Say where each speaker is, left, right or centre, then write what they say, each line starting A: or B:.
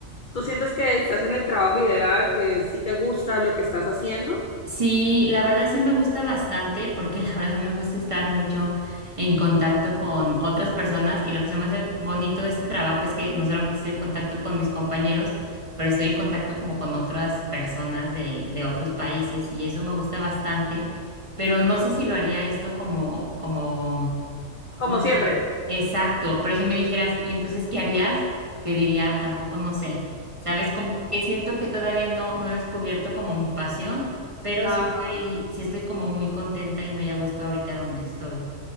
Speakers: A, on the left; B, on the right.
A: ¿Tú sientes que estás en el trabajo ideal, que sí te gusta lo que estás haciendo?
B: Sí, la verdad sí me gusta bastante porque <laughs> la verdad me gusta estar mucho en contacto con otras personas y lo que se me hace bonito de este trabajo es que no solamente estoy en contacto con mis compañeros, pero estoy en contacto como con otras personas de, de otros países y eso me gusta bastante, pero no sé si lo haría esto como, como
A: Como
B: No
A: siempre.
B: sé. Exacto, pero si me dijeras, ¿y entonces qué harías? Te diría, tampoco no sé. ¿Sabes? Como que siento que todavía no, no he descubierto como mi pasión, pero
A: Ajá.
B: sí estoy, sí estoy como muy contenta y muy a gusto ahorita donde estoy.